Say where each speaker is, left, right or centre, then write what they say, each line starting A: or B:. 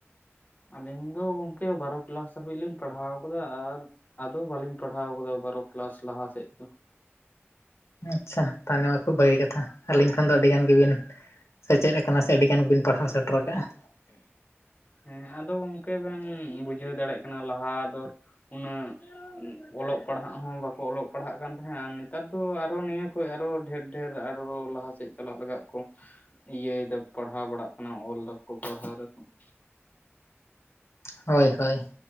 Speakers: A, on the left; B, on the left.
A: ᱟᱞᱤᱧ ᱫᱚ ᱜᱚᱝᱠᱮ ᱵᱟᱨᱚ ᱠᱮᱞᱟᱥ ᱫᱷᱟᱹᱵᱤᱡ ᱞᱤᱧ ᱯᱟᱲᱦᱟᱣ ᱟᱠᱟᱫᱟ ᱟᱨ ᱟᱫᱚ ᱵᱟᱟᱹᱞᱤᱧ ᱯᱟᱲᱦᱟᱣ ᱟᱠᱟᱫᱟ ᱵᱟᱨᱚ ᱠᱮᱞᱟᱥ ᱞᱟᱦᱟᱥᱮᱫ ᱫᱚ ᱾
B: ᱟᱪᱪᱷᱟ ᱛᱟᱦᱚᱞᱮ ᱢᱟ ᱠᱷᱩᱵ ᱵᱷᱟᱹᱜᱤ ᱠᱟᱛᱷᱟ, ᱟᱹᱞᱤᱧ ᱠᱷᱚᱱ ᱫᱚ ᱟᱹᱰᱤᱜᱟᱱ ᱜᱮᱵᱤᱱ, ᱥᱮᱪᱮᱫ ᱟᱠᱟᱱᱟ ᱥᱮ ᱟᱹᱰᱤᱜᱟᱱ ᱵᱤᱱ ᱯᱟᱲᱦᱟᱣ ᱥᱮᱴᱮᱨ ᱠᱟᱜᱼᱟ ᱾
A: ᱦᱮᱸ ᱟᱫᱚ ᱜᱚᱝᱠᱮ ᱵᱮᱱ ᱵᱩᱡᱷᱟᱹᱣ ᱫᱟᱲᱮᱭᱟᱜ ᱠᱟᱱᱟ ᱞᱟᱦᱟ ᱫᱚ ᱩᱱᱟᱹᱜ ᱚᱞᱚᱜ ᱯᱟᱲᱦᱟᱜ ᱦᱚᱸ ᱵᱟᱠᱚ ᱚᱞᱚᱜ ᱯᱟᱲᱦᱟᱜ ᱠᱟᱱ ᱛᱟᱦᱮᱸᱫ ᱟᱨ ᱱᱮᱛᱟᱨ ᱫᱚ ᱟᱨᱚ ᱱᱤᱭᱟᱹ ᱦᱚᱭ ᱟᱨᱚ ᱰᱷᱮᱨ ᱰᱷᱮᱨ ᱟᱨᱚ ᱞᱟᱦᱟ ᱥᱮᱫ ᱪᱟᱞᱟᱜ ᱞᱟᱜᱟᱜ ᱠᱚ ᱤᱭᱟᱹᱭ ᱮᱫᱟ ᱯᱟᱲᱦᱟᱣ ᱵᱟᱲᱟᱜ ᱠᱟᱱᱟ ᱚᱞ ᱫᱟᱠᱚ ᱯᱟᱲᱦᱟᱣ ᱫᱟᱠᱚ ᱾
B: ᱦᱳᱭ ᱦᱳᱭ ᱾